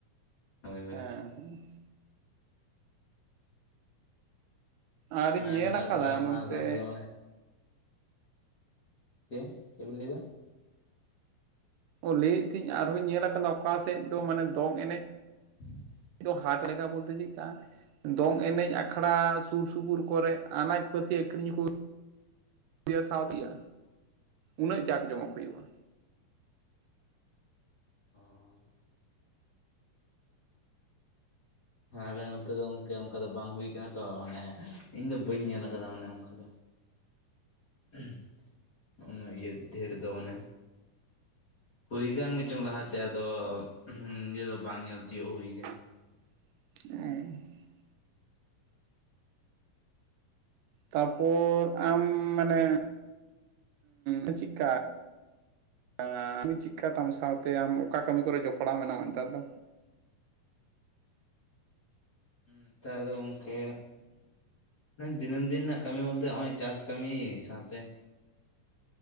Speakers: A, on the left; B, on the right.
A: ᱦᱳᱭ ᱦᱳᱭ
B: ᱦᱮᱸ ᱦᱩᱸ ᱟᱨ ᱨᱤᱧ ᱧᱮᱞ
A: ᱱᱮᱛᱟᱨ
B: ᱟᱠᱟᱫᱟ
A: ᱫᱚ ᱟᱭᱢᱟ
B: ᱱᱚᱛᱮ
A: ᱜᱟᱱ ᱜᱮ ᱢᱟᱱᱮ ᱪᱮ ᱪᱮᱵᱤᱱ ᱞᱟᱹᱭᱫᱟ?
B: ᱚ ᱞᱟᱹᱭᱮ ᱛᱷᱤᱧ ᱟᱨᱦᱚᱧ ᱧᱮᱞ ᱟᱠᱟᱫᱟ ᱚᱠᱟ ᱥᱮᱫ ᱫᱚ ᱢᱟᱱᱮ ᱫᱚᱝ ᱮᱱᱮᱡ
A: <inaudible>
B: <unintelligible> ᱦᱟᱨᱴ ᱞᱮᱠᱟ ᱵᱚᱞᱛᱮ ᱪᱮᱜᱠᱟ ᱫᱚᱝ ᱮᱱᱮᱡ ᱟᱠᱷᱲᱟ ᱥᱩᱨ ᱥᱩᱯᱩᱨ ᱠᱚᱨᱮ ᱟᱱᱟᱡᱽ ᱯᱟᱹᱛᱤ ᱟᱹᱠᱷᱨᱤᱧ ᱠᱩ <unintelligible> ᱥᱟᱶ ᱛᱤᱭᱟ ᱩᱱᱟᱹᱜ ᱡᱟᱠ ᱡᱚᱢᱚᱠ ᱦᱩᱭᱩᱜᱼᱟ᱾
A: <inaudible> ᱦᱩᱸ ᱦᱮᱸ ᱟᱞᱮ ᱱᱚᱱᱛᱮ ᱫᱚ ᱚᱝᱠᱮ ᱚᱱᱠᱟ ᱫᱚ ᱵᱟᱝ ᱦᱩᱭ ᱟᱠᱟᱱᱟ ᱛᱚ ᱢᱟᱱᱮ ᱤᱧᱫᱚ ᱵᱟᱹᱧ ᱧᱮᱞ ᱟᱠᱟᱫᱟ ᱢᱟᱱᱮ ᱚᱱᱠᱟ ᱫᱚ᱾ <unintelligible> ᱩᱱᱟᱹᱜ ᱤᱭᱟᱹ ᱰᱷᱮᱨ ᱫᱚ ᱢᱚᱱᱮ᱾ ᱦᱩᱭ ᱠᱟᱱ ᱜᱮᱪᱚᱝ ᱞᱟᱦᱟᱛᱮ ᱟᱫᱚ ᱱᱤᱡᱮᱹ ᱫᱚ ᱵᱟᱝ ᱧᱮᱞ ᱛᱤᱭᱳᱜ ᱦᱩᱭ ᱠᱟᱱᱟ᱾
B: ᱚᱸ ᱛᱟᱯᱚᱨ ᱟᱢ ᱢᱟᱱᱮ ᱩᱸ ᱪᱮᱜᱠᱟ? ᱟᱸ <unintelligible> ᱪᱤᱠᱟ ᱛᱟᱢ ᱥᱟᱶᱛᱮ ᱟᱢ ᱚᱠᱟ ᱠᱟᱹᱢᱤ ᱠᱚᱨᱮ ᱡᱚᱯᱲᱟᱣ ᱢᱮᱱᱟᱢᱟ ᱱᱮᱛᱟᱨ ᱫᱚ?
A: ᱱᱮᱛᱟᱨ ᱫᱚ ᱜᱚᱝᱠᱮ ᱫᱤᱱᱟᱹᱢ ᱫᱤᱱ ᱱᱟᱜ ᱠᱟᱹᱢᱤ ᱵᱚᱞᱛᱮ ᱦᱚᱜᱼᱚᱭ ᱪᱟᱥ ᱠᱟᱹᱢᱤ ᱥᱟᱶᱛᱮ